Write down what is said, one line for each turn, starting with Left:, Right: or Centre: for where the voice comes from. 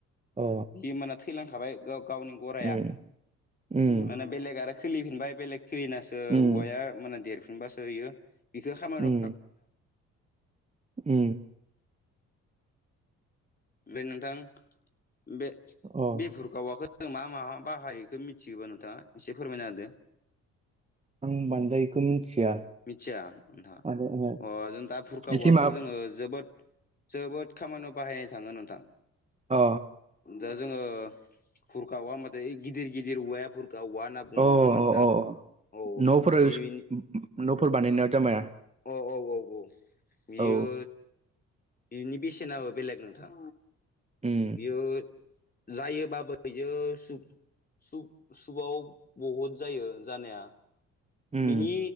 Right: अ
Left: बि मोनाना थैलांखाबाय गा-गावनि गरायआ
Right: उम उम
Left: माने बेलेग आरो खोलिफिनबाय बेलेग खोलिनासो
Right: उम
Left: औवाया माने देरफिनबासो होयो बिखौ खामानि
Right: उ उ
Left: ओमफ्राय नोंथां बे-बे
Right: अ
Left: खौ जों मा मा मा बाहायोखौो मिथिगौबा नोंथाङा एसे फोरमायना होदो।
Right: आं बांद्रायखौ मिथिया
Left: मिथिया नोंथा
Right: माने ओ
Left: अ जों दा भुरखा
Right: एसे
Left: औवाखौ
Right: माबा
Left: जोङो जोबोद जोबोद खामानियाव बाहायनाय थाङो नोंथां
Right: अ
Left: दा जोङो खुरखा औवा हबथाय गिदिर गिदिर औवाया खुरखा औवा होना बुं
Right: अ
Left: नङा मोनदां
Right: अ
Left: औ
Right: न'फोर
Left: बेनि
Right: न'फोर बानायहनायाव जामाया
Left: औ औ औ औ बियो
Right: औ
Left: बिनि बेसेनाबो बेलेग नोंथां
Right: उम
Left: बेयो जायोबाबो बियो सु सु-सुआव बहुद जायो जानाया
Right: उम
Left: बिनि